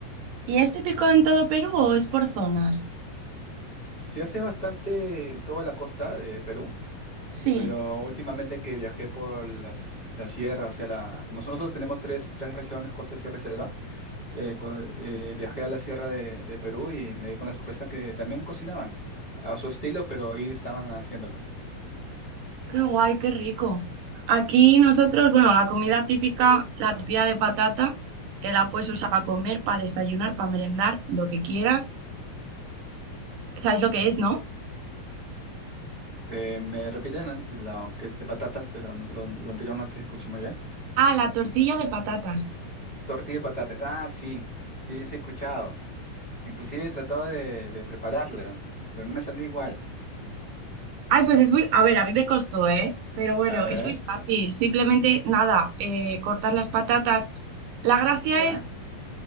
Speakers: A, on the right; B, on the left.
A: ¿Y es típico en todo Perú o es por zonas?
B: Se hace bastante en toda la costa de Perú,
A: Sí.
B: pero últimamente que viajé por la, s- la sierra, o sea, la, como nosotros tenemos tres, tres regiones, costa, sierra y selva, eh, co- eh, viajé a la sierra de, de Perú y me di con la sorpresa que también cocinaban a su estilo, pero ahí estaban haciéndolo.
A: Qué guay, qué rico. Aquí nosotros, bueno, la comida típica, la tortilla de patata, que la puedes usar para comer, para desayunar, para merendar, lo que quieras. ¿Sabes lo que es, no?
B: Eh, me repiten an- lo que es de patatas, pero no- lo, lo anterior no te escuché muy bien.
A: Ah, la tortilla de patatas.
B: Tortilla de patatas. Ah, sí, sí, sí he escuchado. Inclusive he tratado de, de prepararlo, pero no me sale igual.
A: Ay, pues es muy... A ver, a mí me costó, ¿eh? Pero bueno,
B: A ver,
A: es muy fácil. Simplemente, nada, eh, cortas las patatas. La gracia
B: ya.
A: es